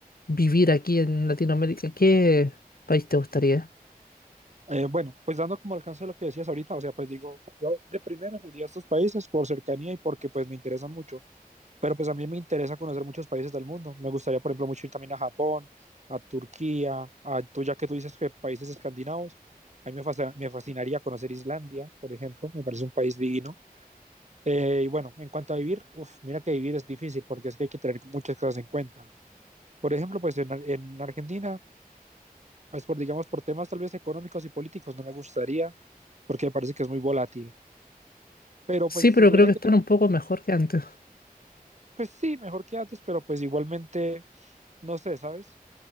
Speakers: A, on the left (about 70°); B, on the right (about 50°).
A: vivir aquí en Latinoamérica, ¿qué país te gustaría?
B: Eh, bueno, pues dando como alcance a lo que decías ahorita, o sea, pues digo, yo de primera iría a estos países por cercanía y porque pues me interesan mucho, pero pues a mí me interesa conocer muchos países del mundo. Me gustaría, por ejemplo, mucho ir también a Japón, a Turquía, a tú ya que tú dices que países escandinavos, a mí me, fascina- me fascinaría conocer Islandia, por ejemplo, me parece un país divino. Eh, y bueno, en cuanto a vivir, uf, mira que vivir es difícil porque es que hay que tener muchas cosas en cuenta. Por ejemplo, pues en, Ar- en Argentina pues por, digamos, por temas tal vez económicos y políticos no me gustaría, porque me parece que es muy volátil. Pero
A: Sí,
B: pues
A: pero
B: si tuviera
A: creo que
B: que,
A: están un poco mejor que antes. <laughs>
B: pues sí, mejor que antes, pero pues igualmente, no sé, ¿sabes?